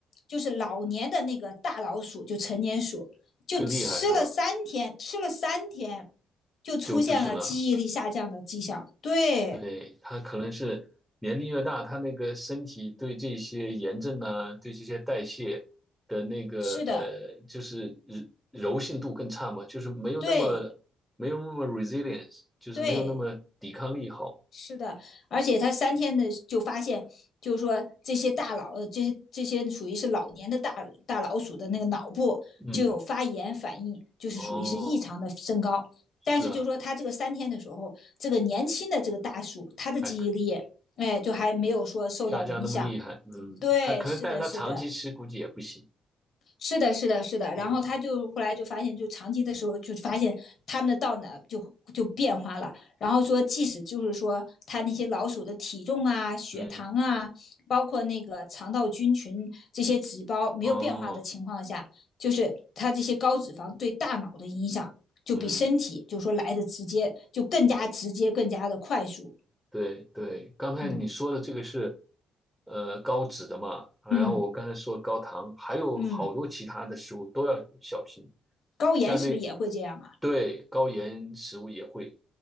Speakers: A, on the left (about 45°); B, in the centre.
A: 就是老年的那个大老鼠，就成年鼠，就吃了三天，
B: 更厉害是吧？
A: 吃了三天，就出现了记忆力下降的迹象。
B: 就不行了。
A: 对，
B: 对，他可能是年龄越大，他那个身体对这些炎症啊，对这些代谢的那个呃，
A: 是的，
B: 就是柔柔性度更差嘛，就是没有那么没有那么
A: 对
B: resilience，就是没有那么抵抗力好。
A: 对，是的，而且他三天的就发现，就是说这些大老呃这些这些属于是老年的大大老鼠的那个脑部就有发炎反应，
B: 嗯，
A: 就是属于是异常的升高。
B: 哦，是啊，
A: 但是就是说他这个三天的时候，这个年轻的这个大鼠，他的记忆力，
B: 还可
A: 哎，就还没有说受到影响。
B: 下降那么厉害。嗯，
A: 对，
B: 他可能，
A: 是的，
B: 但是他长期吃估计也不行，
A: 是的，是的，是的，是的。
B: 对吧？
A: 然后他就后来就发现，就长期的时候就发现他们的道呢就就变化了。然后说，即使就是说他那些老鼠的体重啊、血糖啊，
B: 嗯，
A: 包括那个肠道菌群这些指标没有变化的情况下，
B: 哦，
A: 就是他这些高脂肪对大脑的影响就比身体就是说来的直接，
B: 嗯。
A: 就更加直接、更加的快速。
B: 对对，刚才你说的这个是，
A: 嗯
B: 呃，高脂的嘛，啊然后我刚才说高糖，
A: 嗯
B: 还有好多其他的食物都要小心，
A: 嗯，高盐是不是也会这样啊？
B: 像那，对，高盐食物也会，